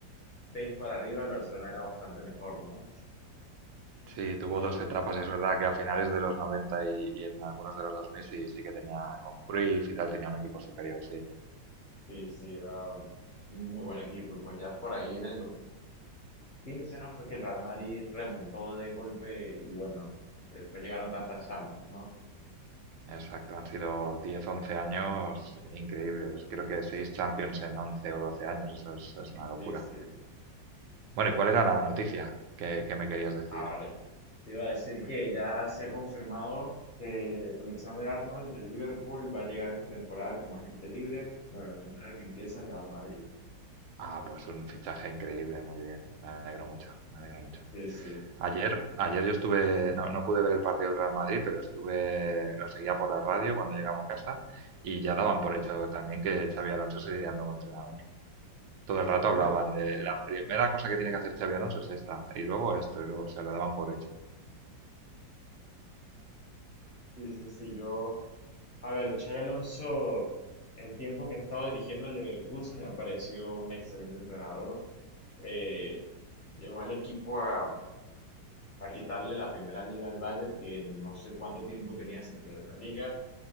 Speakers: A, on the left; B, on the right.
A: seis para arriba el Barcelona era bastante mejor, ¿no?
B: Sí, tuvo
A: Y
B: dos etapas, es verdad que a finales de los 90 y, y en algunos de los 2000 sí, sí que tenía con Cruyff y tal, tenía un equipo superior, sí.
A: sí, sí, era un muy buen equipo y pues ya por ahí en el Quince ¿no? Fue que el Real Madrid remontó de golpe y bueno, después llegaron tantas Champions, ¿no?
B: Exacto, han sido 10, 11 años increíbles. Creo que 6 Champions en 11 o 12 años, eso es, es una locura.
A: Sí, sí.
B: Bueno, ¿y cuál era
A: Aunque-
B: la noticia que, que me querías decir?
A: Ah, vale. Te iba a decir que ya se ha confirmado que Alexander Arnold del Liverpool va a llegar esta temporada como agente libre. Bueno, la temporada que empieza el Real Madrid.
B: Ah, pues un fichaje increíble, muy bien. Me alegro mucho, me alegro mucho.
A: Sí, sí.
B: Ayer, ayer yo estuve, no, no pude ver el partido del Real Madrid, pero estuve, lo seguía por la radio cuando llegaba a casa y ya
A: Ujú.
B: daban por hecho también que Xavi Alonso sería el nuevo entrenador. Todo el rato
A: A
B: hablaban
A: mí me-
B: de la primera cosa que tiene que hacer Xavi Alonso es esta, y luego esto, y luego, o sea, lo daban por hecho.
A: Sí, sí, sí, yo. A ver, Xabi Alonso, el tiempo que ha estado dirigiendo el Leverkusen me ha parecido un excelente entrenador. Eh, llevó al equipo a a quitarle la primera liga al Bayern, que no sé cuánto tiempo tenía sin perder una liga,